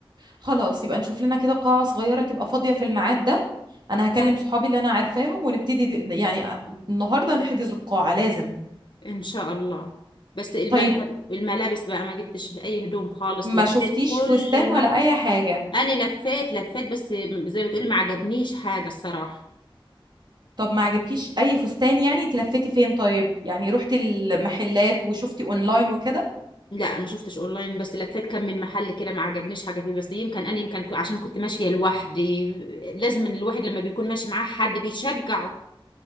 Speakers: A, on the right; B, on the left.
A: خلاص يبقى نشوف لنا كده قاعة صغيرة تبقى فاضية في الميعاد ده انا هكلم
B: اه
A: صحابي اللي انا عارفاهم ونبتدي د- يعني النهاردة نحجز القاعة لازم
B: ان شاء الله بس الملابس
A: طيب
B: الملابس بقى ما جبتش اي هدوم خالص
A: ما
B: لفيت
A: شفتيش
B: كل
A: فستان
B: المحل
A: ولا اي حاجة
B: انا لفيت لفيت بس زي ما تقولي ما عجبنيش حاجة الصراحة
A: طب ما عجبكيش اي فستان يعني انت لفيتي فين طيب يعني رحتي المحلات وشفتي اونلاين وكده
B: لا ما شفتش اونلاين بس لفيت كم من محل كده ما عجبنيش حاجه فيه بس يمكن انا يمكن كو- عشان كنت ماشيه لوحدي لازم الواحد لما بيكون ماشي معاه حد بيشجعه